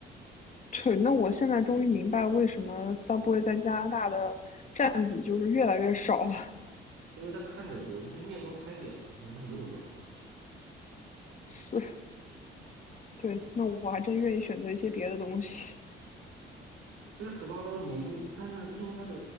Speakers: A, on the left; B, on the right.
A: 对。那我现在终于明白为什么 Subway 在加拿大的占比就是越来越少了，
B: 因为他看着多，那些面包拍扁了，其实他没有多少东西。
A: <laughs> 是。对，那我还真愿意选择一些别的东西，
B: 其实十八刀你如，但是因为它的